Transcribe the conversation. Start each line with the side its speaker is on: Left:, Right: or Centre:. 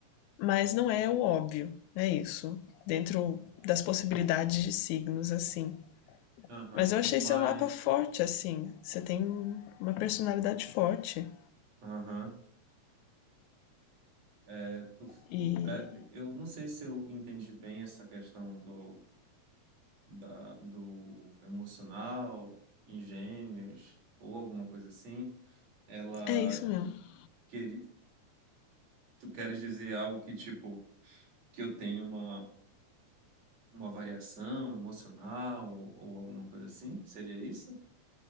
Left: mas não é o óbvio, é isso, dentro das possibilidades de signos, assim.
Right: Aham.
Left: Mas eu achei
Right: Mas
Left: seu mapa forte, assim. Você tem uma personalidade forte.
Right: Aham. É, tu-
Left: E
Right: tu- é, eu não sei se eu entendi bem essa questão do, da, do emocional, engenhos ou alguma coisa assim. Ela
Left: é isso mesmo.
Right: quer, tu queres dizer algo que tipo que eu tenho uma, uma variação emocional ou, ou alguma coisa assim? Seria isso?